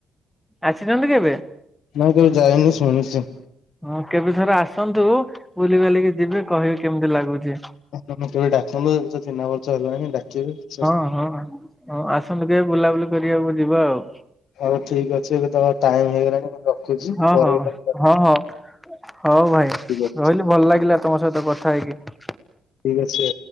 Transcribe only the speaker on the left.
ନା କେବେ ଯାଇନି ଶୁଣିଚି।
ତମେ କେବେ ଡାକନୁଏବେ ତ ଚିହ୍ନା ପର୍ଚ ହେଲାଣି ଡାକିବେ କିଛି ଅସୁବିଧା
ହଉ ଠିକ ଅଛି, ଏବେ ତ ଟାଇମ ହେଇଗଲାଣି ମୁଁ ରଖୁଛି
ପରେ
କେତଲେ
ଠିକ ଅଛି।
ଠିକ୍ ଅଛି।